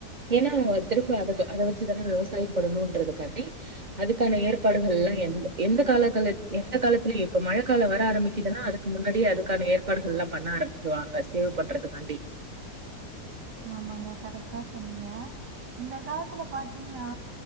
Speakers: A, on the right (about 30°); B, on the right (about 75°).
A: ஏன்னா திரும்ப அத வச்சு தானு விவசாயம் பண்ணணுன்றதுக்காண்டி அதுக்கான ஏற்பாடுகள்ல எத்த காலகல எந்த காலத்துல இப்ப மழை கால டா ஆரம்பிக்குதுன்னா அதுக்கு முன்னாடி அதுக்கான ஏற்பாடுகள் எல்லா பண்ண ஆரம்பிச்சிருவாங்க சேவ் பண்றதுக்காண்டி
B: ஆமாங்க கரெக்ட்டா சொன்னீங்க இந்த காலத்துல பாார்த்தீங்கன்னா